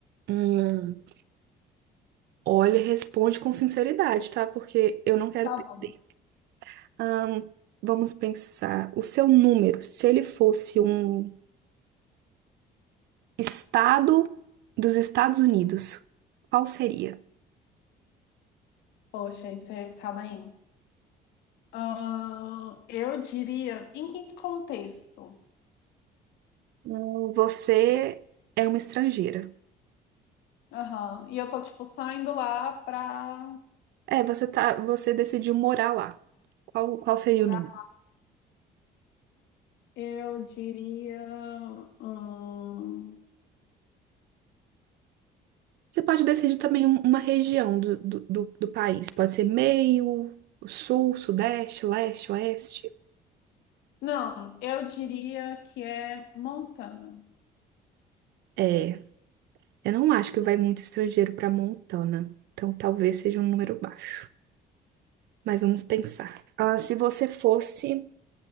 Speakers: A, on the right; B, on the left.
A: Hum, olha, responde com sinceridade, tá? Porque eu não quero
B: Tá
A: perder.
B: bom.
A: Ahn, vamos pensar. O seu número, se ele fosse um Estado dos Estados Unidos. Qual seria?
B: Poxa, isso é... Calma aí. Ah, eu diria... Em que contexto?
A: Hum, Você é uma estrangeira.
B: Aham. E eu tô, tipo, saindo lá pra...
A: É, você tá, você decidiu morar lá. Qual, qual seria
B: morar.
A: o nome?
B: Eu diria... hum,
A: Você pode decidir também um- uma região do, do, do, do país. Pode ser meio, sul, sudeste, leste, oeste.
B: Não, eu diria que é Montana.
A: É, eu não acho que vai muito estrangeiro para Montana. Então talvez seja um número baixo. Mas vamos pensar. Ah, se você fosse